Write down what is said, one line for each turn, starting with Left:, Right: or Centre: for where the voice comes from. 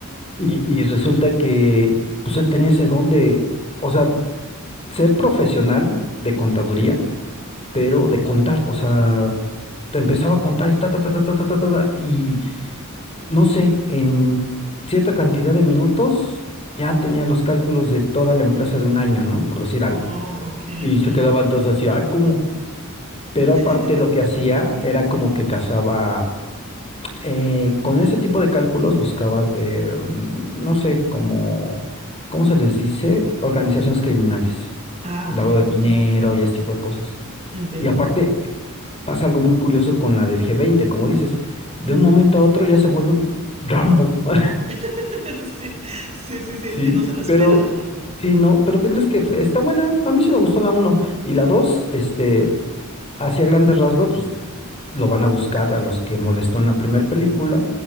Left: Y, y resulta que pues él tenía ese don de, o sea, ser profesional de contaduría, pero de contar, o sea, te empezaba a contar y ta, ta, ta, ta, ta, ta, ta, ta, ta, y no sé, en cierta cantidad de minutos ya tenía los cálculos de toda la empresa de un año, ¿no? Por decir algo.
Right: Oh, ok,
Left: Y
Right: ok.
Left: se quedaban todos así, ay, ¿cómo? Pero
Right: <laughs>
Left: aparte lo que hacía era como que cazaba, eh, con ese tipo de cálculos buscaba, eh, mm, no sé, como, ¿cómo se les dice? Organizaciones criminales,
Right: Ah,
Left: lavado
Right: ok,
Left: de dinero
Right: ok.
Left: y ese tipo de cosas.
Right: Entiendo.
Left: Y aparte pasa algo muy curioso con la del G20, como dices, de
Right: Ujú.
Left: un momento a otro ya se vuelve Rambo. <laughs>
Right: <laughs> Sí, sí, sí, sí, es
Left: Sí,
Right: que no se lo espera
Left: pero
Right: uno.
Left: sí, no, pero ¿qué crees que fue? Está buena, a mí sí me gustó la uno y la 2. este, hacia grandes rasgos, pues lo van a buscar a los que molestó en la primera película